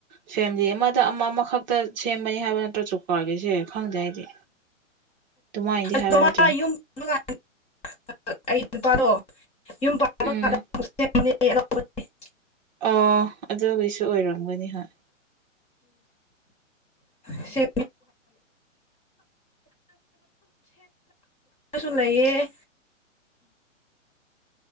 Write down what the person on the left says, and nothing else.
ꯑꯗꯨ
ꯃꯥ
ꯌꯨꯝ <unintelligible> ꯅꯨꯄꯥꯗꯣ ꯌꯨꯝ ꯄꯥꯅꯕꯥ
ꯀꯅ ꯗ ꯃꯨꯁ ꯑꯦ <inaudible>
ꯁꯤ ꯔ <unintelligible> ꯂꯩꯑ